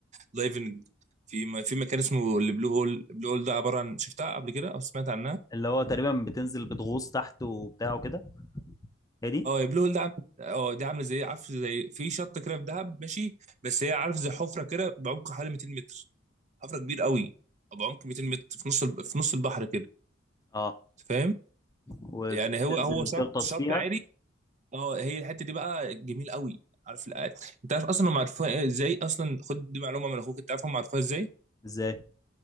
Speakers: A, on the right (about 40°); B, on the left (about 20°).
A: دايفنج في م- في مكان اسمه البلو هول البلو هول ده عباره عن شفتها قبل كده او سمعت عنها
B: اللي هو تقريبا بتنزل بتغوص تحت وبتاع وكده هي دي
A: اه البلو هول ده عامل اه دي عامله زي عارف زي في شط كده في دهب ماشي بس هي عارف زي حفره كده بعمق حوالي 200 متر حفره كبير قوي بعمق 200 متر في نص الب- في نص البحر كده
B: اه
A: أنت فاهم
B: وبتنزل
A: يعني هو هو شط
B: تغطس
A: شط
B: فيها
A: عادي اه هي الحته دي بقى جميل قوي عارف الآية. انت عارف اصلا هم عرفوها ازاي اصلا خد دي معلومه من اخوك انت عارف هم عرفوها ازاي
B: ازاي